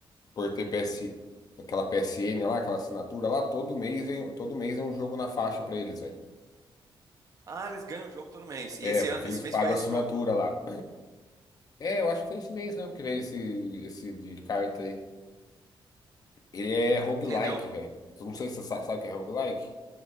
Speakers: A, on the left; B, on the right.
A: por TPS, aquela PSN lá, aquela assinatura lá, todo mês, vem- todo mês é um jogo na faixa pra eles, velho.
B: Ah, eles ganham um jogo todo mês.
A: É,
B: E esse
A: porque
B: ano, esse
A: eles
B: mês
A: pagam
B: foi esse
A: assinatura
B: jogo.
A: lá. É, eu acho que foi esse mês mesmo que veio esse, esse de carta aí. Ele é roguelike,
B: Entendeu?
A: velho. Eu Não sei se você sa- sabe o que é roguelike.